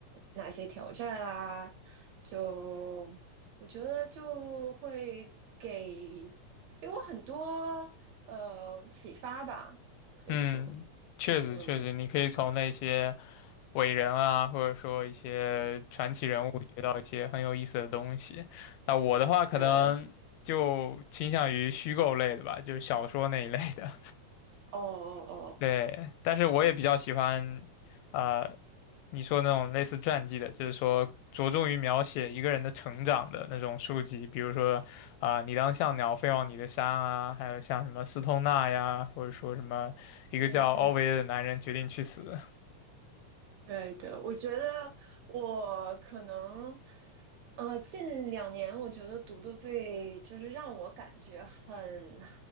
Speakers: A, on the right; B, on the left.
A: 哪些挑战啊，就我觉得就会给。给我很多呃启发吧，可以说，
B: 嗯，确实确实，
A: 嗯，
B: 你可以从那些伟人啊，或者说一些传奇人物学到一些很有意思的东西。那我的话可能就倾向于虚构类的吧，
A: 对，
B: 就是小说那一类的。
A: 哦哦哦，
B: 对，但是我也比较喜欢，啊，你说那种类似传记的，就是说着重于描写一个人的成长的那种书籍，比如说啊、你当像鸟飞往你的山》啊，还有像什么斯通纳呀，或者说什么一个叫奥维尔的男人决定去死，
A: 对对对对，我觉得我可能呃近两年，我觉得读的最就是让我感觉很。